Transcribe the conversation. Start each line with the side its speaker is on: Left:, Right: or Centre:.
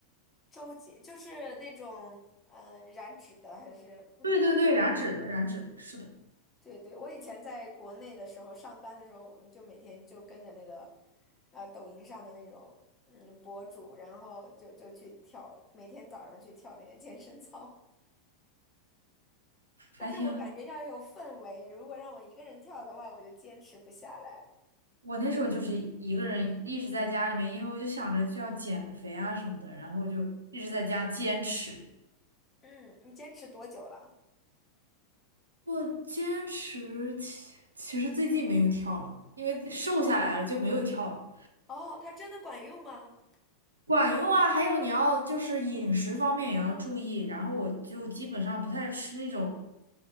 Left: 周杰就是那种呃燃脂的，还是 <laughs>
Right: 对对对，燃脂的，燃脂的，是的，
Left: 对对，我以前在国内的时候上班的时候，我们就每天就跟着那个呃抖音上的那种嗯博主，然后就就去跳，每天早上去跳那个健身操。<laughs> 但是我感觉要有氛围，
Right: 还挺。
Left: 如果让我一个人跳的话，我就坚持不下来。
Right: 我那时候就是一个人一直在家里面，因为我就想着就要减肥啊什么的，然后就一直在家坚持。
Left: 嗯，你坚持多久了？
Right: 我坚持，其其实最近没有跳了，因为瘦下来了就没有跳了。
Left: 哦，它真的管用吗？
Right: 管用啊，还有你要就是饮食方面也要注意，然后我就基本上不太吃那种，